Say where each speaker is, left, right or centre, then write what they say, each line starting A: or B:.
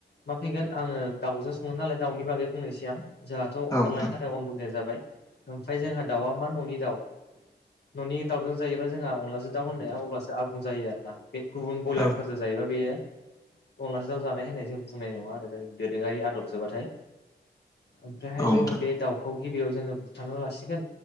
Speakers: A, on the left; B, on the left.
A: मा फैगोन आङो दाउजो सङो नालाय दाउनि बागै बुंनोसै आं जोंहाथ'
B: नोंथां
A: अनलाइनि थाखाय अन गुन्दाया जाबाय ओमफ्राय जोंहा दाउआ मा न'नि दाउ न'नि दाउजों जायोबा जोंहा अनलाजों दाव होननाया अब्लासो आबुं जायो आरोना बे गुबुन ब्यलारफोरजों
B: औ
A: जायोबा बेयो अनलाजों दाव जानाय होनाय जों बुंनाय नङा आरो जों दोरोङरारि आदब जोबाथाय ओमफ्रायहाय
B: औ नोंथां
A: जोङो बे दाउखौ गिबियाव जोङो बुथारना लासिगोन